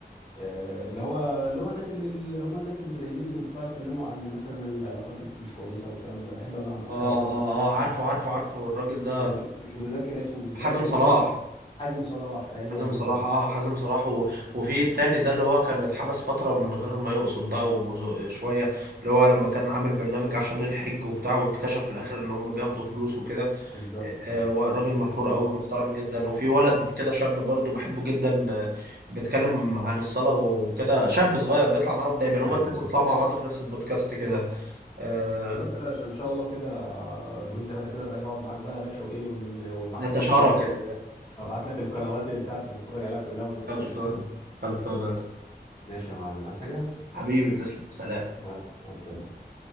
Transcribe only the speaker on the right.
اه اه
اه عارفه عارفه عارفه الراجل ده
حازم
صلاح
حازم
صلاح
اه حازم صلاح و... وفي التاني ده اللي هو كان اتحبس فترة من غير ما يقصد ده وشوية اللي هو لما كان عامل برنامج عشان الحج وبتاع واكتشف في الآخر إن هم بياخدوا فلوس وكده
آه، هو راجل مشهور قوي محترم جدا وفي ولد كده شاب برضو بحبه جدا آه، بيتكلم عن الصلاة وكده شاب صغير بيطلع معاهم دايما
هما التلاتة بيطلعوا مع بعض في نفس البودكاست كده آه،
نتشارك
ال
<laughs>
خلصانة
خلصانة يا اسطى
حبيبي تسلم سلام